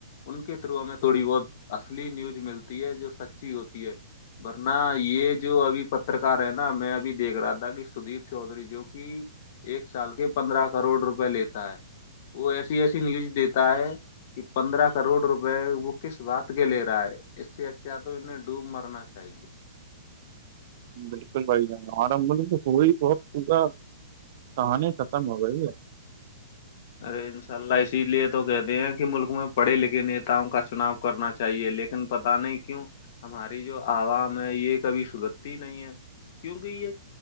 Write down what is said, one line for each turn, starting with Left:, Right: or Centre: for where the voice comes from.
Left: ان کے تھرو ہمیں تھوڑی بہت اصلی نیوز ملتی ہے جو سچی ہوتی ہے <unintelligible> ورنہ یہ جو ابھی پترکار ہے نا میں ابھی دیکھ رہا تھا کہ سدیپ چودھری جو کہ ایک سال کے پندرہ کروڑ روپئے لیتا ہے وہ ایسی ایسی نیوز دیتا ہے کہ پندرہ کروڑ روپئے وہ کس بات کے لے رہا ہے است ات تو انیں ڈوب مرنا چاہیے
Right: بالکل بھائی جان آرمب تو ہوی بہت پا توانی ختم ہو گئی ہے
Left: ارے انشاء اللہ اسی لیے تو کہتے ہیں کہ ملک میں پڑھے لکھے نتاؤں کا چناؤ کرنا چاہیے لیکن پت نہیں کیوں ہماری جو عوام ہے یہ کبھی سدرتی نہیں ہے کیونکہ یہ